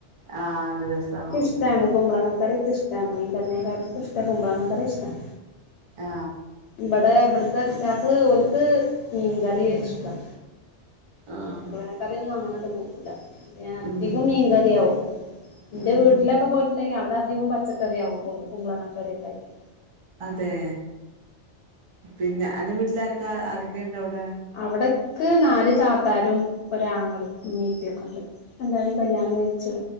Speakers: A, on the right; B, on the left.
A: ആഹ് നല്ല രസാണ്
B: ക്കിഷ്ടാണ്
A: ഉം
B: കുമ്പളങ്ങ കറീക്കെ ഇഷ്ടാണ് മീൻ കറീനെ കാട്ടൊക്കെ ഇഷ്ടം കുമ്പളങ്ങ കറി ഇഷ്ടം
A: ആ
B: ഇവ്ടെ ഇവ്ട്ത്തെ ക്കാക്ക് ഓല്ക്ക് മീൻകറിയാ
A: ഉം
B: ഇഷ്ടം
A: ആഹ്
B: കുമ്പളങ്ങാക്കറിയൊന്നും അങ്ങനങ്ങട്ട് കൂട്ടൂല്ല ഞാൻ അധികം
A: ഉം
B: മീൻകറിയാവും
A: ഉം ഉം
B: ന്റെ വീട്ടിലൊക്കെ
A: ഉം
B: പോയിട്ട്ണ്ടെങ്കിൽ അവിടെ അധികം പ പച്ചക്കറിയാവും കുടു കുമ്പളങ്ങക്കറിയൊക്കെയായിറ്റ്
A: അതെ പിന്നെ അന്റെ വീട്ടില് ആരെക്കെ ആരൊക്കെണ്ടവിടെ
B: അവിടക്ക് നാല് താ തരും ഒരാങ്ങളേം ഉമ്മിപ്പിയൊക്കെ ഉണ്ട് എല്ലാരും കല്ല്യാണം കഴിച്ചു